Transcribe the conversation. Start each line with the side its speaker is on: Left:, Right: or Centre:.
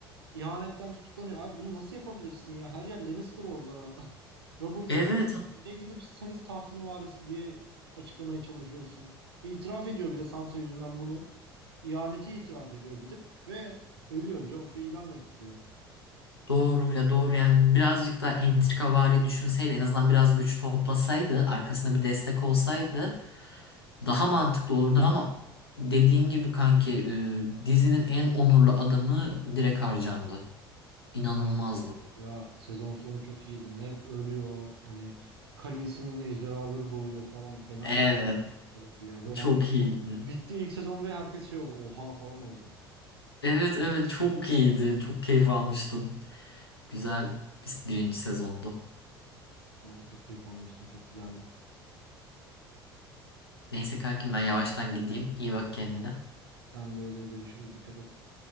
Right: İhanetten tutuklanıyor. Abi bunu nasıl yapabilirsin ya? Her yer Lannister orada. <laughs> Robert
Left: Evet
Right: ölmüş. Sen Niye gidip Stannis tahtın varisi diye açıklamaya çalışıyorsun? İtiraf ediyor bir de Sansa yüzünden bunu. İhaneti itiraf ediyor gidip ve ölüyor. Joffrey idam ettiriyor.
Left: doğru ya doğru yani birazcık daha entrikavari düşünseydi en azından biraz güç toplasaydı arkasında bir destek olsaydı Daha mantıklı olurdu ama dediğin gibi kanki e, dizinin en onurlu adamı direkt harcandı. İnanılmazdı.
Right: Aynen ya sezon sonu çok iyiydi. Ned ölüyor. Hani Khaleesi'nin ejderhaları doğuyor falan. Fena
Left: Evet,
Right: bir sezon sonuydu ya. Böyle
Left: çok
Right: hani
Left: iyiydi.
Right: bitti ilk sezon ve herkes şey oldu. Oha falan oldu.
Left: Evet evet çok iyiydi. Çok keyif almıştım. Güzel bir birinci sezondu.
Right: Ben de çok keyif almıştım. Çok güzeldi.
Left: Neyse kankim ben yavaştan gideyim. İyi bak kendine.
Right: Sen de öyle görüşürüz. Dikkat et.